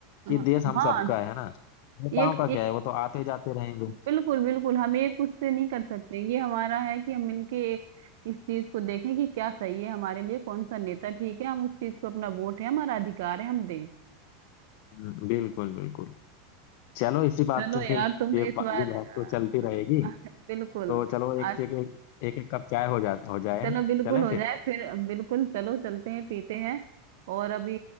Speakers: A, on the left; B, on the right.
A: कि
B: हाँ
A: देश हम
B: हाँ,
A: सबका है ना नेताओं
B: एक
A: का क्या है वो तो आते जाते रहेंगे
B: बिल्कुल बिल्कुल हम एक खुद से नहीं कर सकते ये हमारा है कि हम मिलके इस चीज को देखें कि क्या सही है हमारे लिए कौन सा नेता ठीक है हम उस चीज को अपना वोट है हमारा अधिकार है हम दें
A: हम्म, बिल्कुल बिल्कुल चलो इसी बात
B: चलो
A: पे
B: यार
A: फिर
B: तुम
A: ये बा-
B: इस बार
A: ये बात तो चलती रहेगी
B: अ, बिल्कुल
A: तो चलो एक
B: आज
A: एक एक, एक, एक कप चाय हो जा हो जाए
B: चलो बिल्कुल
A: चलें
B: हो
A: फिर
B: जाए फिर बिल्कुल चलो चलते हैं पीते हैं और अभी